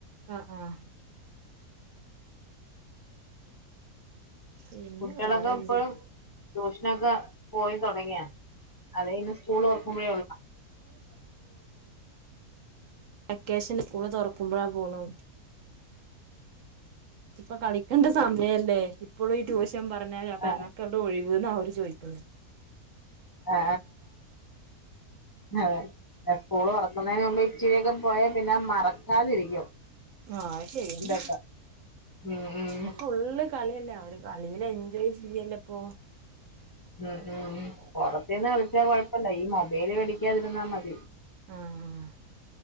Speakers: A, on the right (about 65°); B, on the left (about 30°).
A: ആഹ് ആഹ് പിന്നെ
B: കുട്ടികളൊക്കെ
A: വേറെന്ത്
B: എപ്പോഴും ട്യൂഷനൊക്കെ പോയി തുടങ്ങിയ അതാഇന്ന് സ്കൂൾ ഓർക്കുമ്പോഴേ ഒള്ള.
A: വെക്കേഷന് സ്കൂള് തുറക്കുമ്പോഴാ പോണു. ഇപ്പൊ കളിക്കണ്ട സമയല്ലേ? ഇപ്പോളും ഈ ട്യൂഷൻ പറഞ്ഞല് അപ്പൊ
B: ആഹ്
A: ഞങ്ങക്കെ വിടാ ഒഴിവിന്ന അവര് ചോദിക്കുന്നത്.
B: ആ അതെ എപ്പോളും <inaudible> വക്കുന്നതിന് മുമ്പ് ഇച്ചിരിയൊക്കെ പോയ പിന്നെ മറക്കാതിരിക്കും.
A: ആഹ അത് ശരി
B: ഇതൊക്കെ
A: യാണ്
B: ഉം ഉം
A: ഇപ്പോ ഫുള്ള് കളിയല്ലേ അവര് കളിൽ എൻ ജോയ് ചെയ്യല്ലപ്പോ.
B: ഉം ഉം ഉ പുറത്തിരുന്ന് കളിച്ചാ കൊഴപ്പല്ല ഈ മൊബൈല് കളിക്കാതിരുന്നാ മതി.
A: ആഹ ആഹ